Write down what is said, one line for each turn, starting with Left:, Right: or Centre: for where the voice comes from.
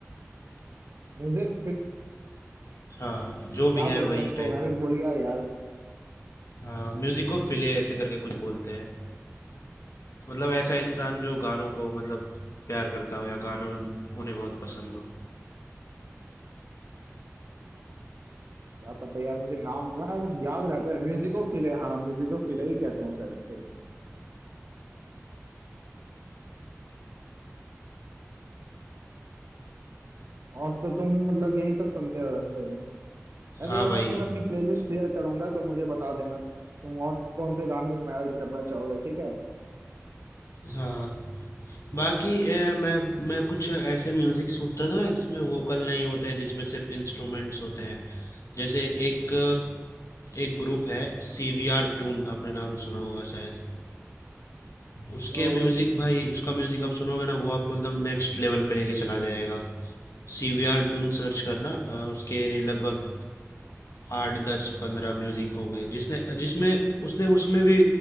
Right: म्यूजिक
Left: हाँ जो
Right: क्या
Left: भी है
Right: बोलते
Left: वही
Right: हैं उसको
Left: टाइप
Right: मैं भी भूल गया यार अ,
Left: हाँ म्यूजिको फिले ऐसे करके कुछ बोलते हैं मतलब ऐसा इंसान जो गानों को मतलब प्यार करता हो या गानों उन्हें बहुत पसंद हो
Right: क्या पता यार मुझे नाम मैं वो याद रहता है म्यूजिको फिले हाँ म्यूजिको फिले ही कहते हैं शायद से और तो तुम मतलब यही सब सुनते हो रहते हो ताकि
Left: हाँ
Right: यार
Left: भाई
Right: मैं तुम्हें अपनी प्लेलिस्ट शेयर करूंगा तो मुझे बता देना तुम और कौन से गाने इसमें ऐड करना चाहोगे ठीक है
Left: हाँ बाकी ए, मैं मैं कुछ ऐसे म्यूजिक सुनता था जिसमें वोकल नहीं होते हैं जिसमें सिर्फ इंस्ट्रूमेंट्स होते हैं जैसे एक एक ग्रुप है सीवीआर टून आपने नाम सुना होगा शायद उसके
Right: ओ
Left: म्यूजिक भाई उसका म्यूजिक आप सुनोगे ना वो आपको एकदम नेक्स्ट लेवल पे लेके चला जाएगा सीवीआर टून सर्च करना अ, उसके लगभग आठ दस पंद्रह म्यूजिक होंगे जिसने जिसमें उसने उसमें भी